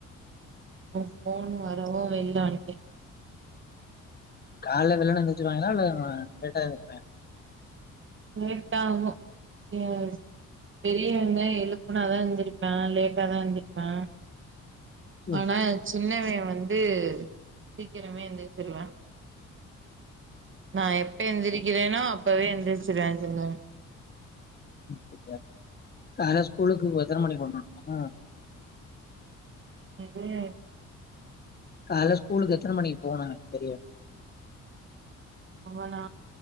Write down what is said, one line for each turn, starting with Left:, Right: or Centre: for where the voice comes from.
Right: ஃபோன் வரவு வெள்ள வன்டே
Left: கால வெள்ளன்ன முல்ச்ருவாங்ஞாளா இல்ல லேட்டா எந்திப்பாங்
Right: லேட்டாகு சே பெரியவந்தா எழுப்னாதா எந்திருப்ப லேட்டாதா எந்திருப்பா
Left: சேரி
Right: ஆன சின்னவ வந்து சீக்கிரமே எந்திருச்சிருவா நா எப்ப எந்திரி இல்லனா அப்பவே <inaudible>
Left: உம் அப்டியா கால ஸ்கூலுக்கு எத்தன மணிக்கு போனு ஹ
Right: இதே
Left: கால ஸ்கூலுக்கு எத்தன மணிக்கு போனு தெரி
Right: ஆவனா